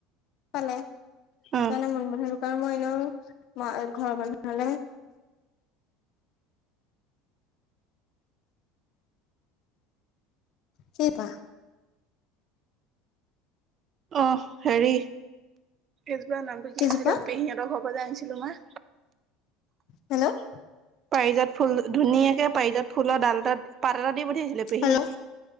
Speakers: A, on the left; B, on the right.
A: পালে
B: অ',
A: তানে মণিহাৰি দোকান <unintelligible> মইনো মা ঘৰৰ মানুহলে সেইবা
B: আহ হেৰি। এবাৰ নামটো কি
A: কিজোপা
B: আছিলে পেহীহঁতৰ ঘৰৰ পৰা যে আনিছিলো মই
A: হেল্ল'
B: পাৰিজত ফুল ধুনীয়াকে পাৰিজত ফুলৰ ডাল এাত পাত এটা দি পঠিয়াইছিলে পেহীয়ে।
A: হেল্ল'